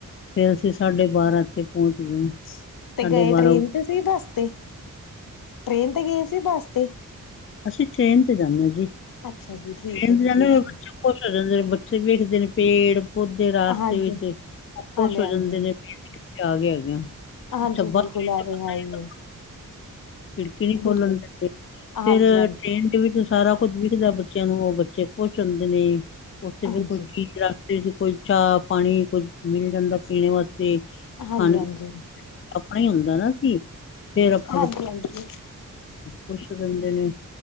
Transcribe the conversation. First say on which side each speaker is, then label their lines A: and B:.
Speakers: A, on the left; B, on the left.
A: ਫੇਰ ਅਸੀਂ ਸਾਡੇ ਬਾਰਾਂ ਉਥੇ ਪਹੁੰਚ ਗਏ।
B: ਤੇ
A: ਸਾਢੇ
B: ਗਏ
A: ਬਾਰਾਂ
B: ਟ੍ਰੇਨ ਤੇ ਸੀ ਬੱਸ ਤੇ, ਟ੍ਰੇਨ ਤੇ ਗਏ ਸੀ ਬੱਸ ਤੇ?
A: ਅਸੀਂ ਟ੍ਰੇਨ ਤੇ ਜਾਂਦੇ ਹਾਂ ਜੀ।
B: ਅੱਛਾ ਜੀ ਠੀਕ
A: ਇੰਝ
B: ਹੈ ਜੀ
A: ਨਾਲ
B: ਠੀਕ
A: ਨਾ ਬੱਚੇ
B: ਹੈ।
A: ਖੁਸ਼ ਹੋ ਜਾਂਦੇ ਨੇ ਬੱਚੇ ਵੇਖਦੇ ਨੇ ਪੇੜ- ਪੌਧੇ ਰਸਤੇ
B: ਹਾਂਜੀ।
A: ਵਿੱਚ, ਉਹ ਖੁਸ਼
B: ਹਾਂਜੀ
A: ਹੋ
B: ਹਾਂਜੀ,
A: ਜਾਂਦੇ ਨੇ। ਕਿੱਥੇ ਆ ਗਏ ਹੈਗੇ ਆ,
B: ਹਾਂਜੀ
A: ਅੱਛਾ ਬਸ
B: ਬਿਲਕੁਲ
A: ਵਿੱਚ
B: ਇਹ
A: ਤੇ ਪਤਾ
B: ਹੈ
A: ਹੀ ਲੱਗਾ।
B: ਹੈ,
A: ਖਿੜਕੀ ਨੀ
B: ਬਿਲਕੁਲ।
A: ਖੋਲਣ ਦਿੰਦੇ
B: ਹਾਂਜੀ
A: ਫੇਰ
B: ਹਾਂਜੀ
A: ਟ੍ਰੇਨ ਵਿੱਚ ਸਾਰਾ ਕੁੱਝ ਵਿਖਦਾ ਬੱਚਿਆਂ ਨੂੰ ਉਹ ਬੱਚੇ ਖੁਸ਼ ਹੁੰਦੇ ਨੇ ਉੱਥੇ
B: ਹਾਂਜੀ
A: ਫੇਰ ਕੋਈ ਚੀਜ ਰੱਖ ਕੋਈ ਚਾਹ ਪਾਣੀ ਕੋਝ ਮਿਲ ਜਾਂਦਾ ਪੀਣ ਵਾਸਤੇ
B: ਹਾਂਜੀ
A: ਖਾਣੇ
B: ਹਾਂਜੀ
A: ਆਪਣਾ ਹੀ ਹੁੰਦਾ ਨਾ ਸੀ ਫੇਰ ਆਪਣਾ
B: ਹਾਂਜੀ ਹਾਂਜੀ
A: ਪੁੱਛ ਦਿੰਦੇ ਨੇ